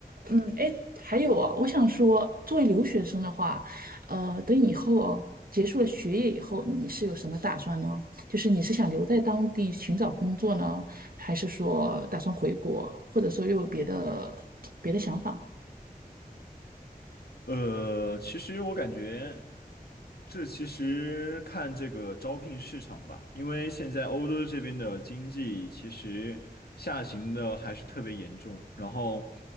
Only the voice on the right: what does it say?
嗯，哎，还有啊，我想说，作为留学生的话，呃，等以后哦，结束了学业以后，你是有什么打算呢？就是你是想留在当地寻找工作呢，还是说打算回国，或者说又有别的别的想法？